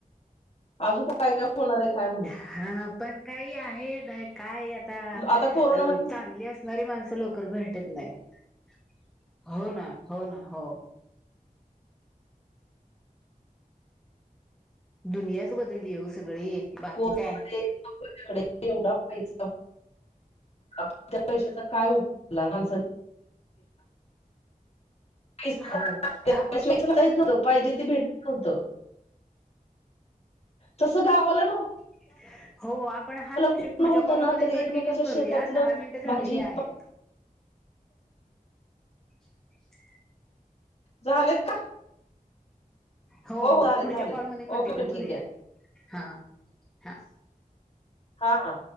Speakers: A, on the left; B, in the centre.
A: अजून पण काय काय होणार ए... काय माहित?
B: हा पण... काई आहे... काय आता...
A: आता
B: अं...
A: कोरोनामध्ये
B: चांगली अस -नारी माणसं... लवकर भेटत नाहीत. हो ना... हो ना... हो. दुनियाच बदललीय ओ सगळी! बाकी
A: <unintelligible>
B: काय
A: <unintelligible> पैसा
B: हो
A: <unintelligible>
B: आपण
A: पाहिजे ते भेटत नव्हतं तसं गावाला नव्ह
B: <inaudible> हो आपण हाच विषय
A: कोण
B: पुढच्या
A: होतं
B: कॉलमध्ये
A: ना तर
B: कंटिन्यू
A: एकमेकाच्या
B: करूया
A: शेतातलं
B: दहा मिनिटं झालेली
A: भाजी
B: आहेत. <inaudible>
A: झालेत का?
B: हो हो
A: झालेत
B: पुढच्या
A: झालेत
B: कॉलमध्ये कंटिन्यू
A: ओके ओके
B: करूया
A: ठीक आहे
B: हा हा.
A: हा हा!